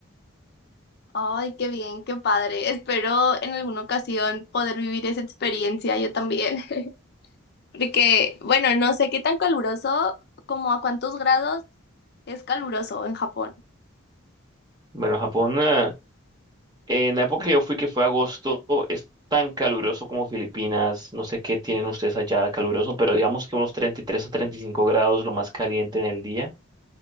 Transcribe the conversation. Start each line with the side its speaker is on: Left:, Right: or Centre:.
Left: Ay, qué bien, qué padre. Espero en alguna ocasión poder vivir esa experiencia yo también. <laughs> Porque, bueno, no sé qué tan caluroso, como a cuántos grados es caluroso en Japón.
Right: Bueno, Japón, eh, En la época que yo fui, que fue agosto, es tan caluroso como Filipinas. No sé qué tienen ustedes allá caluroso, pero digamos que unos 33 o 35 grados, lo más caliente en el día,